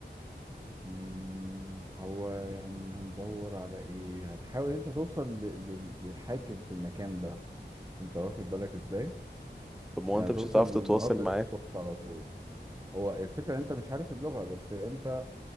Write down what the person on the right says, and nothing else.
مم، هو يعني هندور على ايه هتحاول انت توصل ل- ل- للحاكم في المكان ده انت واخد بالك ازاي
يعني
توصل
للمناطق
السخطة على طول هو الفكرة ان انت مش عارف اللغة بس انت